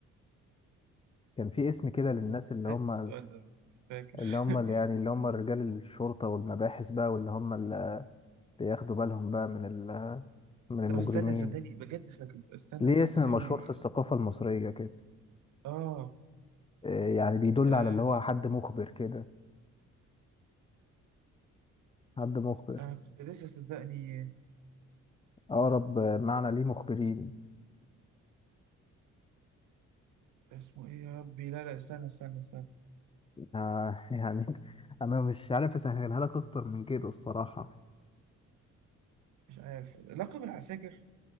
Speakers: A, on the left; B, on the right.
A: كان في اسم كده للناس
B: مش
A: اللي
B: فاكر
A: هم
B: السؤال ده بس مش فاكر
A: اللي هم
B: <laughs>
A: اللي يعني اللي هم رجال الشرطة والمباحث بقى واللي هم اللي بياخدوا بالهم بقى من ال- من المجرمين
B: طب استنى صدقني بجد فاكر استنى
A: ليه
B: بجد
A: اسم
B: سيبني
A: مشهور
B: دي
A: في الثقافة المصرية كده
B: اه
A: آه، يعني بيدل
B: آه،
A: على اللي هو حد مخبر كده حد مخبر
B: انا كنت لسه صدقني
A: أقرب آه، معنى ليه مخبرين
B: اسمه ايه يا ربي لا لا استنى استنى استنى
A: آه، <laughs> يعني أنا مش عارف أسهلها لك أكتر من كده الصراحة
B: مش عارف لقب العساكر